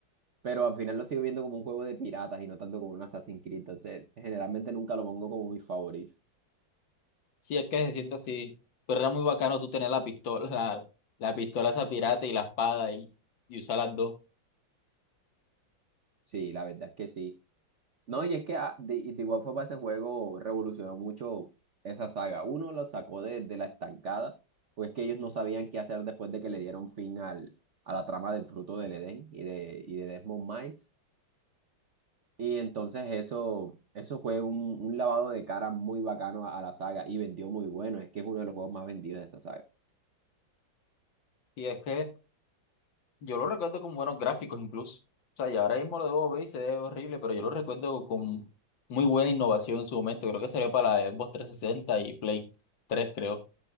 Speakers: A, on the right; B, on the left.
A: Pero al final lo sigo viendo como un juego de piratas y no tanto como un Assassin's Creed. Entonces, generalmente nunca lo pongo como mi favorito.
B: Sí, es que se siente así. Pero era muy bacano tú tener la pistola, <laughs> la, la pistola esa pirata y la espada y, y usar las dos.
A: Sí, la verdad es que sí. No, y es que ah, de, de igual forma ese juego revolucionó mucho esa saga. Uno lo sacó de, de la estancada, pues que ellos no sabían qué hacer después de que le dieron fin al, a la trama del Fruto del Edén y de, y de Desmond Miles. Y entonces eso, eso fue un, un lavado de cara muy bacano a, a la saga y vendió muy bueno. Es que es uno de los juegos más vendidos de esa saga.
B: Y es que Yo lo recuerdo con buenos gráficos incluso. O sea, y ahora mismo lo debo ver y se ve horrible, pero yo lo recuerdo con muy buena innovación en su momento. Creo que salió para la Xbox 360 y Play 3, creo.